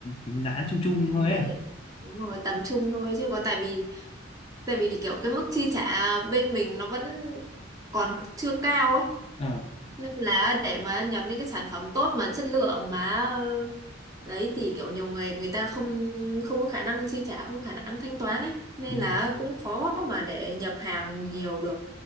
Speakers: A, on the left (about 30°); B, on the right (about 20°).
A: cái giá chung chung thôi
B: lại
A: ấy
B: đúng rồi tầm trung thôi chứ có tại vì tại vì kiểu cái mức chi trả bên mình nó vẫn còn chưa cao ấy
A: ờ
B: nên là để mà nhập những cái sản phẩm tốt mà chất lượng mà ờ, đấy thì kiểu nhiều người người ta không không có khả năng chi trả không có khả năng thanh toán ấy nên
A: đúng
B: là
A: rồi
B: cũng khó mà để nhập hàng nhiều được